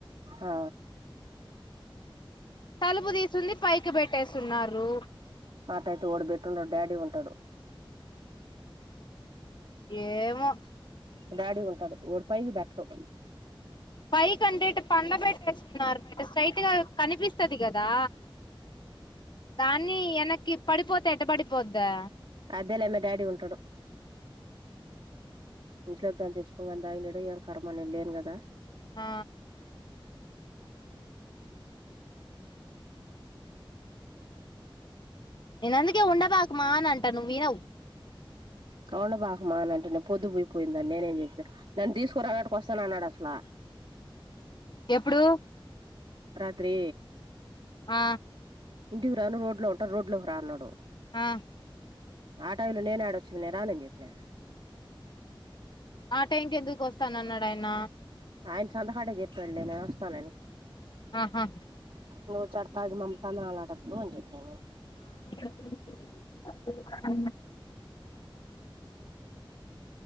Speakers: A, on the right (about 65°); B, on the left (about 55°).
A: ఆ
B: తలుపు తీసుంది పైకి పెట్టేస్తున్నారు
A: అట అయితే ఓడిబెట్టిండు డాడీ ఉంటాడు
B: ఏమో
A: డాడీ ఉంటాడు ఓడు పైకి బెట్టడు
B: ఫైకంటే ఎట్ పండబెట్టేస్తున్నారు మే స్ట్రైట్ గా కనిపిస్తది కదా దాన్ని ఎనక్కి పడిపోతే ఎట్టపడిపోద్దా
A: అదేలే మె డాడీ ఉంటాడు ఇంట్లో కాని తెచ్చుకోనీ గని తగినడో ఏం కర్మా నేను లేను కదా
B: ఆ నేను అందుకే ఉండా బాక్ మాన్ అంటాను నువ్ వినవు
A: అవును బాగామ అంటేనే పొద్దు పోయిపోయిందాన్ని నేనేం చేసా నన్ను తీసుకురా వస్తానన్నాడు అట్లా
B: ఎప్పుడు
A: రాత్రి
B: ఆ
A: ఇంటికి రాను రోడ్ లో ఉంటా రోడ్ లోకి రా అన్నాడు
B: ఆ
A: ఆ టైమ్ లో నేను ఆడ వచ్చింది నేను రానని చెప్పినా
B: ఆ టైం కే ఎందుకు వస్తానన్నాడు ఆయన
A: ఆయన సందకాటే చెప్పాడులే నేను వస్తానని
B: ఆహా
A: నువ్వు చ కాది మమ తాను అలాడద్దు అని చెప్పినాను
B: ఉ